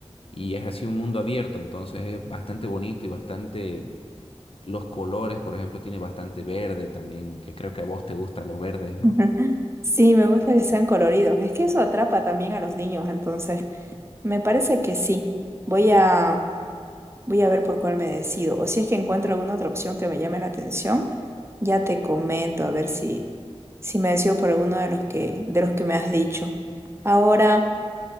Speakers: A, on the left; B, on the right.
A: Y es así un mundo abierto, entonces es bastante bonito y bastante... Los colores, por ejemplo, tiene bastante verde también, que creo que a vos te gustan los verdes, ¿no?
B: <laughs> Sí, me gusta que sean coloridos. Es que eso atrapa también a los niños, entonces me parece que sí. Voy a Voy a ver por cuál me decido. O si es que encuentro alguna otra opción que me llame la atención, ya te comento a ver si, si me decido por alguno de los que, de los que me has dicho. Ahora,